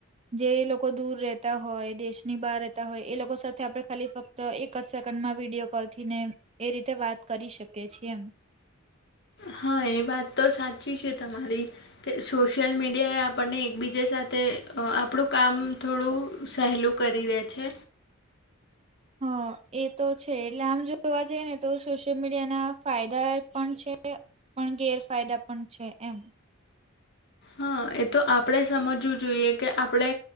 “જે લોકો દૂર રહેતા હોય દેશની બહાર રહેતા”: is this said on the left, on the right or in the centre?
Right